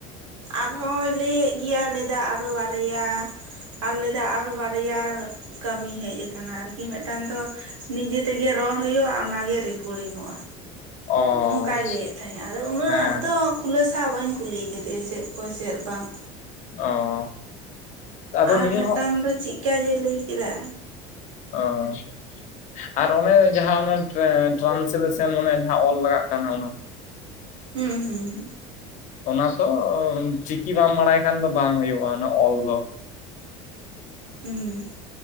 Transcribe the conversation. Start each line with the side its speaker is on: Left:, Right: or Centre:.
Right: ᱟᱨᱦᱚᱸᱭ ᱞᱟᱹᱭ ᱮᱜ ᱜᱮᱭᱟ ᱞᱟᱹᱭ ᱮᱫᱟ ᱟᱨᱚ ᱵᱟᱨᱭᱟ <unintelligible> ᱟᱨ ᱞᱟᱭ ᱫᱟᱭ ᱟᱨᱚ <unintelligible> <unintelligible> ᱠᱟᱹᱢᱤ ᱦᱮᱡ ᱟᱠᱟᱱᱟ ᱟᱨᱠᱤ ᱢᱤᱫᱴᱟᱱ ᱫᱚ ᱱᱤᱡᱮ ᱛᱮᱜᱮ ᱨᱚᱲ ᱦᱩᱭᱩᱜᱼᱟ ᱚᱱᱟᱜ ᱜᱮ ᱨᱮᱠᱚᱲᱤᱝᱚᱜᱼᱟ
Left: ᱚ
Right: ᱚᱱᱠᱟᱭ ᱞᱟᱹᱭᱮᱫ ᱛᱟᱦᱮᱸᱫ-ᱟ ᱟᱫᱚ ᱩᱱᱟᱹᱜ
Left: ᱦᱮᱸ
Right: ᱫᱚ ᱠᱷᱩᱞᱟᱹ ᱥᱟᱶ ᱵᱟᱹᱧ ᱠᱩᱞᱤ ᱟᱠᱟᱫᱮᱭᱟ ᱪᱮᱫ ᱠᱚ ᱪᱮᱫ ᱵᱟᱝ
Left: ᱚ ᱟᱫᱚ
Right: ᱟᱨ
Left: ᱱᱤᱭᱟᱹ
Right: ᱢᱤᱫᱴᱟᱝ
Left: ᱦᱚᱸ
Right: ᱫᱚ ᱪᱮᱫ ᱠᱟ ᱡᱮ ᱞᱟᱹᱭ ᱠᱮᱫᱟ
Left: ᱚ <unintelligible> ᱟᱨ ᱚᱱᱮ ᱡᱟᱦᱟᱸ ᱚᱱᱟ ᱴᱨᱟᱱᱥᱞᱮᱥᱚᱱ ᱢᱟᱱᱮ ᱡᱟᱦᱟᱸ ᱚᱞ ᱞᱟᱜᱟᱜ ᱠᱟᱱᱟ ᱚᱱᱟ
Right: ᱦᱩᱸ ᱦᱩᱸ ᱦᱩᱸ
Left: ᱚᱱᱟ ᱛᱚ ᱪᱤᱠᱤ ᱵᱟᱢ ᱵᱟᱲᱟᱭ ᱠᱷᱟᱱ ᱫᱚ ᱵᱟᱝ ᱦᱩᱭᱩᱜᱼᱟ ᱚᱱᱟ ᱚᱞ ᱫᱚ
Right: ᱦᱩᱸ